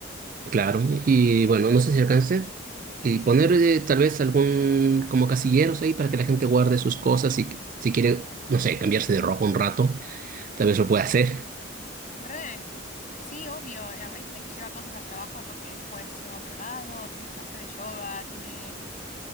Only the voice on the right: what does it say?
Claro, y bueno, no sé si alcance. Y poner eh, tal vez algún como casilleros ahí para que la gente guarde sus
cosas y si si quiere, no sé, cambiarse de ropa un rato, tal vez lo pueda hacer.